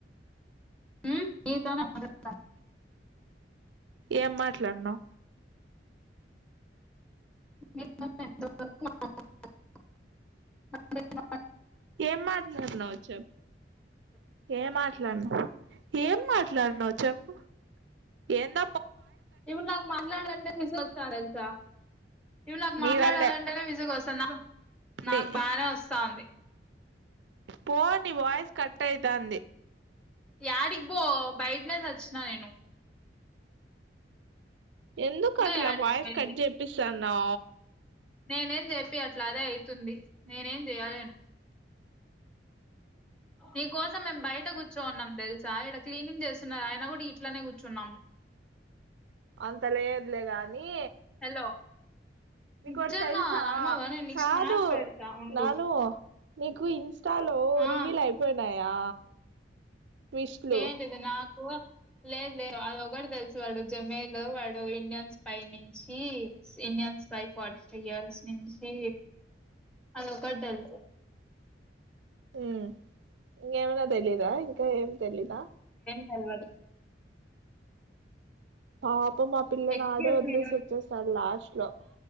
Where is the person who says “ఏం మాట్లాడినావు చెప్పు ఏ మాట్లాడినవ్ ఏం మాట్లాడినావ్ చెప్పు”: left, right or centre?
Right